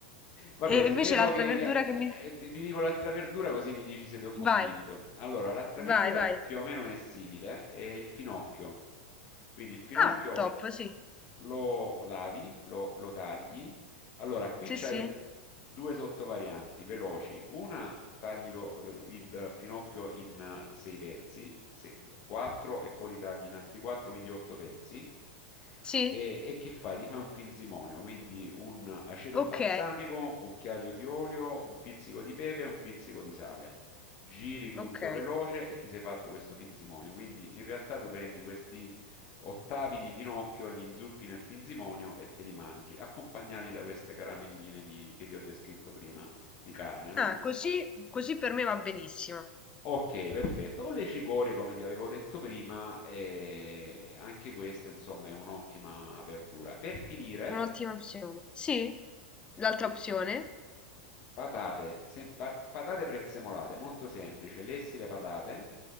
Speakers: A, on the left; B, on the left.
A: Vabbè,
B: E
A: spero
B: invece l'altra
A: che
B: verdura
A: ti, eh,
B: che mi...
A: ti- ti dico l'altra verdura così mi dici se ti ho convinto.
B: Vai,
A: Allora, l'altra verdura
B: vai, vai.
A: più o meno è simile, eh, è il finocchio. Quindi il finocchio
B: Ah, top, sì.
A: lo lavi, lo, lo tagli. Allora, qui
B: Sì,
A: c'hai
B: sì.
A: due sottovarianti veloci. Una taglilo eh, il finocchio in 6 pezzi, 4 e poi li tagli in altri 4, quindi 8 pezzi.
B: Sì,
A: E, e che fai? Ti fai un pinzimonio, quindi un aceto
B: ok,
A: balsamico, un cucchiaio di olio, un pizzico di pepe e un pizzico di sale. Giri tutto
B: ok.
A: veloce e ti sei fatto questo pinzimonio. Quindi in realtà tu prendi questi ottavi di finocchio, gli inzuppi nel pinzimonio e te li mangi, accompagnati da queste caramelline di- che ti ho descritto prima, di carne, no?
B: Ah, così, così per me va benissimo.
A: Ok, perfetto. O le cicorie, come ti avevo detto prima, e anche questa, insomma, è un'ottima verdura. Per finire,
B: Un'ottima opzione. Sì, l'altra
A: eh,
B: opzione.
A: Patate, sem- pa- patate prezzemolate, molto semplice. Lessi le patate,